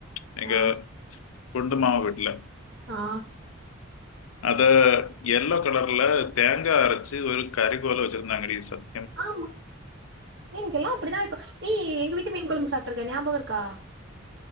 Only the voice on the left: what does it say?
எனக்கு
குண்டு மாமா வீட்ல
அத எல்லோ கலர்ல தேங்கா அரச்சு ஒரு கறி போல்ல வெச்சுருந்தாங்கடி சத்